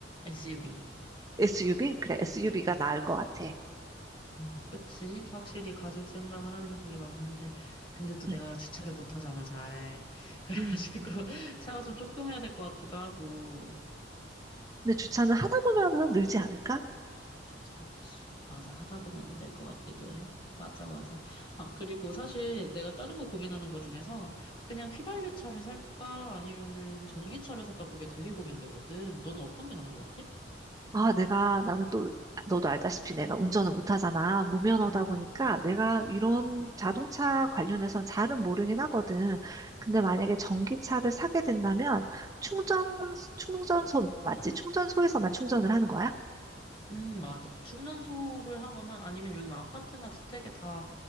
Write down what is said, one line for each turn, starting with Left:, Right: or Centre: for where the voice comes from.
Left: SUV.
Right: SUV? 그래, SUV가 나을 것 같아.
Left: 어 그치? 확실히 가족 생각을 하면 그게 맞는데, 근데 또
Right: 음,
Left: 내가 주차를 못 하잖아, 잘. <laughs> 그래가지고,
Right: 음.
Left: 차가 좀 조금 해야 될 것 같기도 하고,
Right: 근데 주차는 하다 보면은 늘지 않을까?
Left: 진짜, 맞아, 하다 보면 될 것 같기도 해. 맞아, 맞아. 아, 그리고 사실 내가 다른 거 고민하는 거 중에서, 그냥 휘발유 차를 살까, 아니면은 전기차를 살까, 그게 되게 고민되거든. 너는 어떤 게 나은 것 같아?
Right: 아, 내가, 나는 또, 너도 알다시피 내가 운전을 못하잖아. 무면허다
Left: 아.
Right: 보니까 내가 이런 자동차 관련해선 잘은 모르긴 하거든. 근데 만약에 전기차를 사게 된다면 충전, 충전소 맞지? 충전소에서만 충전을 하는 거야?
Left: 음, 맞아. 충전소를 하거나 아니면 요즘 아파트나 주택에 다